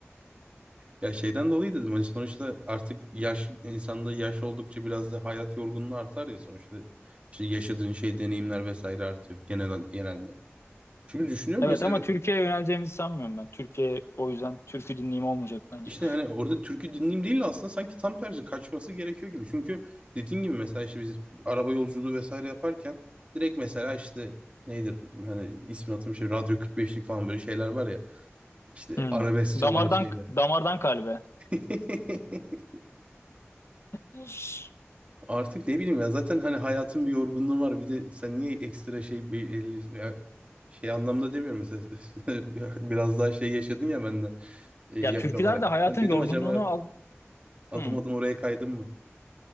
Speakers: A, on the right; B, on the left.
A: Ya şeyden dolayı dedim hani sonuçta artık yaş insanda yaş oldukça biraz da hayat yorgunluğu artar ya sonuçta işte yaşadığın şey deneyimler vesaire artıyor genel genelde. Şimdi düşünüyorum
B: Evet
A: mesela
B: ama Türkiye'ye yöneleceğimizi sanmıyorum ben. Türkiye o yüzden türkü dinleyeyim olmayacak bence.
A: işte hani orada türkü dinleyeyim değil de aslında sanki tam tersi kaçması gerekiyor gibi. Çünkü dediğin gibi mesela işte biz araba yolculuğu vesaire yaparken direkt mesela işte nedir hani ismini hatırlamıyorum şey Radyo 45'lik falan böyle şeyler var ya işte
B: Hmm.
A: arabesk çalan
B: Damardan
A: şeyler.
B: damardan kalbe.
A: <laughs>
B: Hiç.
A: Artık ne bileyim ya zaten hani hayatın bir yorgunluğu var. Bir de sen niye ekstra şey bir elli- ya şey anlamda demiyorum mesela <laughs> biraz daha şey yaşadın ya benden e, yaş
B: Ya türküler
A: olarak.
B: de hayatın
A: Ya dedim
B: yorgunluğunu
A: acaba
B: al.
A: adım
B: Hmm.
A: adım oraya kaydım mı?